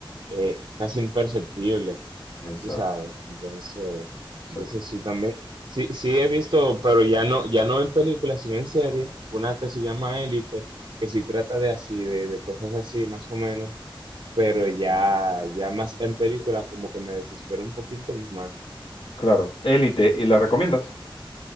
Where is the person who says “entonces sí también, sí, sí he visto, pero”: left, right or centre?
Right